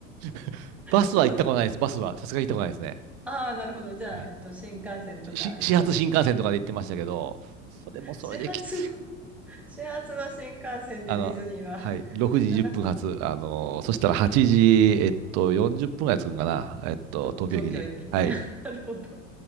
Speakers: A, on the right; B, in the centre.
A: <laughs> バスは行ったことないです。
B: そうです。
A: バスは、さすがに行ったことないですね。
B: ああ、なるほど。じゃあ、
A: はい
B: えっと、新幹線とか飛行機で。
A: し始発新幹線とかで行ってましたけど、それもそれできつい。
B: 始発の、<laughs> 始発の新幹線でディズニーは、
A: あの、はい、6時20分発、
B: なかなか
A: あの、そしたら8時、えっと、40分ぐらい着くんかな、えっと、
B: と東京駅に。
A: 東京駅に。はい。
B: <laughs> なるほど。